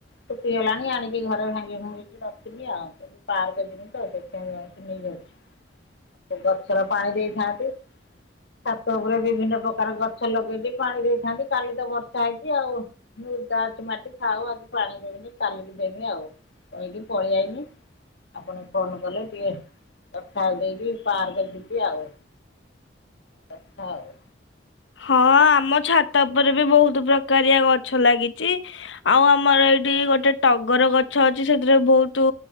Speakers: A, on the left (about 65°); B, on the left (about 80°).
A: ଶୁଖିଗଲାଣି ଆଣିକି ଘରେ ଭାଙ୍ଗିଭୁଙ୍ଗି ରଖିନି ଆଉ ପାର୍କ ଯିମି ତ ସେଥିପାଇଁ ନେଇ ଯାଉଛି। ଆଉ ଗଛର ପାଣି ଦେଇଥାନ୍ତି ଛାତ ଉପରେ ବିଭିନ୍ନ ପ୍ରକାର ଗଛ ଲଗେଇଛି ପାଣି ଦେଇଥାନ୍ତି। କାଲି ତ ବର୍ଷା ହେଇଛି ଆଉ ମୁର୍ଦା ଅଛି ମାଟି ଥାଉ ଆଜି ପାଣି ଦେବିନି କାଲିକି ଦେମି ଆଉ କହିକି ପଳେଇଆାଇନି। ଆପଣ ଫୋନ କଲେ ଟିକେ କଥା ଦେଇକି ପାର୍କ ଯିବି ଆଉ। କଥା ଆଉ
B: ହଁ ଆମ ଛାତ ଉପରେ ବି ବହୁତ ପ୍ରକାରିଆ ଗଛ ଲାଗିଛି। ଆଉ ଆମର ଏଇଠି ଗୋଟେ ଟଗର ଗଛ ଅଛି, ସେଥିରେ ବହୁତ